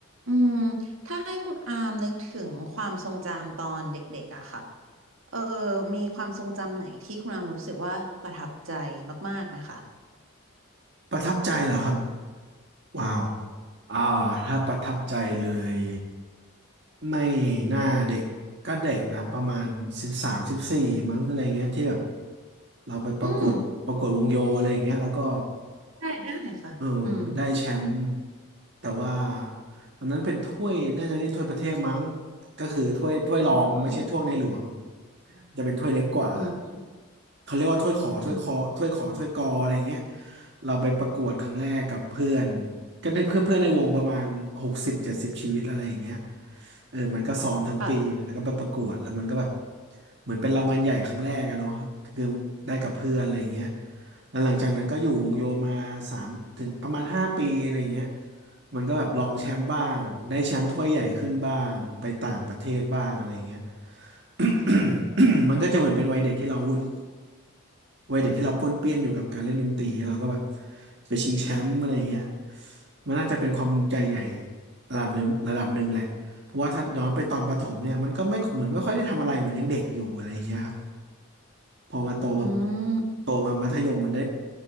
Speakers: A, on the right; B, on the right.
A: อืมถ้าให้คุณอามนึกถึงความทรงจำตอนเด็กๆอะค่ะเออมีความทรงจำไหนที่คุณอามรู้สึกว่าประทับใจมากๆไหมคะ
B: ประทับใจเหรอครับว้าวอ่าถ้าประทับใจเลยไม่น่าเด็กก็เด็กนะประมาณสิบสามสิบสี่มั้งอะไรเงี้ยที่แบบเราไปประกวดประกวดวงโยอะไรอย่างเงี้ยแล้วก็
A: อืมได้ได้ค่ะอืม
B: เออได้แชมป์แต่ว่าตอนนั้นเป็นถ้วยน่าจะเรียกถ้วยประเทศมั้งก็คือถ้วยถ้วยรองไม่ใช่ถ้วยในหลวง
A: อืม
B: จะเป็นถ้วยเล็กกว่า
A: อืม
B: เขาเรียกว่าถ้วยขอถ้วยคอถ้วยขอถ้วยกออะไรอย่างเงี้ย
A: อืม
B: เราไปประกวดครั้งแรกกับเพื่อนก็นึกเพื่อนเพื่อนในวงประมาณหกสิบเจ็ดสิบชีวิตอะไรอย่างเงี้ยเออมันก็ซ้อมทั้งปีแล้วก็ไปประกวดแล้วมันก็แบบ
A: ค่ะ
B: เหมือนเป็นรางวัลใหญ่ครั้งแรกอะเนาะคือได้กับเพื่อนอะไรอย่างเงี้ย แล้วหลังจากนั้นก็อยู่วงโยมาสามถึงประมาณห้าปีอะไรอย่างเงี้ยมันก็แบบลองแชมป์บ้างได้แชมป์ถ้วยใหญ่ขึ้นบ้างไปต่างประเทศบ้างอะไรอย่างเงี้ย <coughs> มันก็จะเหมือนเป็นวัยเด็กที่เราวุ่นวัยเด็กที่เราป้วนเปี้ยนอยู่กับการเล่นดนตรีเราก็แบบไปชิงแชมป์อะไรอย่างเงี้ยมันน่าจะเป็นความภูมิใจใหญ่ระดับหนึ่งระดับหนึ่งแหละเพราะว่าถ้าย้อนไปตอนประถมเนี่ยมันก็ไม่เหมือนไม่ค่อยได้ทำอะไรเหมือนยังเด็กอยู่อะไรอย่างเงี้ยครับ พอมาโตมา
A: อืม
B: โตมามัธยมมันได้